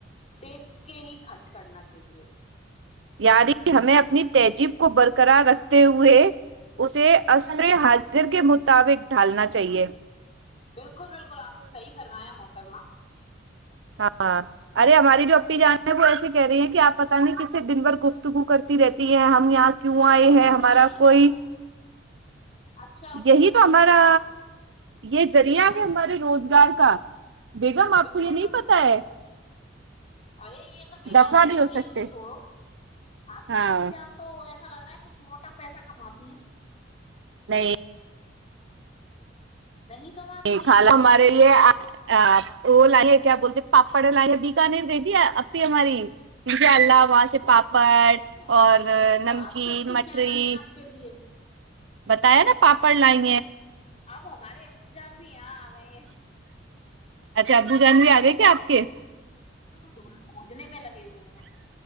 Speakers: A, on the left (about 35°); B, on the right (about 70°).
A: دیکھ کے ہی خرچ کرنا چاہیے
B: یاری ہمیں اپنی تہذیب کو برقرار رکھتے ہوئے پہے اسے اری حاض مر کے مطابق ڈھالنا چاہیے
A: بالکل بالکل آپ نے صحیح فرمایا موت اترم
B: ہاں ارے ہماری جو اپی جان ہے وہ ایسے کہہ رہی ہیں کہ آپ پت نہیں کس سے دن بھر گفتگو کرتی رہتی ہے ہم ہم یہاں کیوں
A: ارے
B: آئے
A: تو ان
B: ہیں
A: کو
B: ہمارا
A: بتائیے
B: کوئی
A: نا اچھا ان کو
B: یہی
A: بتائیے
B: تو ہمارا
A: آپ
B: یہ ذریعہ
A: ہاں
B: ہے ہمارے روزگار <unintelligible> آپ
A: بالکل
B: کو یہ نہیں
A: بالکل
B: پتا ہے
A: ارے یہ تو بیکار
B: دفع
A: ہی
B: نہیں
A: چیزیں
B: ہو سکتے
A: ان کو چھوڑو آپ کی
B: ہاں
A: اپنی جان تو ایسا لگ رہا ہے کچھ موٹا پیسہ کماتی ہیں
B: نہیں
A: نہیں کماتی
B: یہال
A: ہیں
B: ہمارے لیے آ ا لائی ہے کیا بولتے پاپاڑا لائی ہے بیکان نہیںیر د د ہے ہماری ان اللہ وہاں سے پاپڑ
A: ہاں
B: اور نمکین
A: تو آپ کی اپی
B: مٹری
A: کیا لائی ہیں آپ کے لیے
B: بتایا نا پاپڑ لائیں
A: اب ہمارے ابو جان بھی یہاں آ گئے
B: اچھا ابو جانوی آ گئے کیا آپ کے
A: دھجنے میں لگے ہوئے ہیں